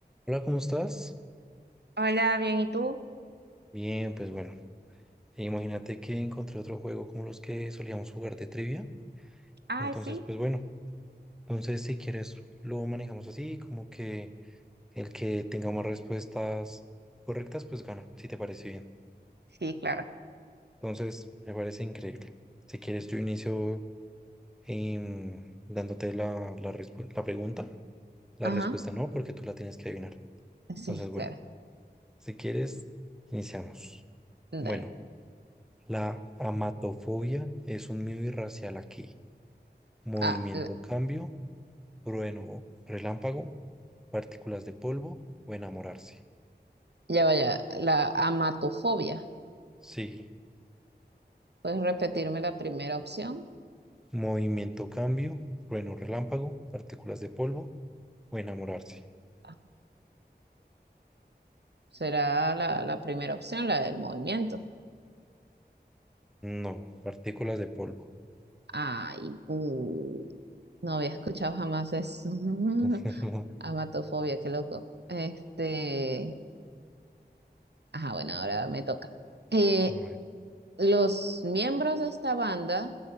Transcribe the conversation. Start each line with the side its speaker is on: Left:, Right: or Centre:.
Centre: Hola, ¿cómo estás?
Right: Hola, bien, ¿y tú?
Centre: Bien, pues bueno, e imagínate que encontré otro juego como los que solíamos jugar de trivia.
Right: Ay,
Centre: Entonces,
Right: sí,
Centre: pues bueno, entonces si quieres lo manejamos así, como que el que tenga más respuestas correctas, pues gana, si te parece bien.
Right: sí, claro.
Centre: Entonces, me parece increíble. Si quieres, yo inicio em, dándote la, la, respu- la pregunta. La
Right: Ajá,
Centre: respuesta no, porque tú la tienes que adivinar.
Right: sí,
Centre: Entonces, bueno,
Right: claro.
Centre: si quieres, iniciamos.
Right: Dale.
Centre: Bueno. La amatofobia es un miedo irracional aquí. Movimiento,
Right: Ah, la-
Centre: cambio, trueno, relámpago, partículas de polvo o enamorarse.
Right: ya vaya, la amatofobia.
Centre: Sí.
Right: ¿Puedes repetirme la primera opción?
Centre: Movimiento, cambio, trueno, relámpago, partículas de polvo o enamorarse.
Right: Ah, será la, la primera opción, la del movimiento.
Centre: No, partículas de polvo.
Right: Ay, uh, no había escuchado jamás eso. <laughs>
Centre: <laughs>
Right: Amatofobia, qué loco. Este, ajá, bueno, ahora me toca. Eh,
Centre: A ver,
Right: los miembros de esta banda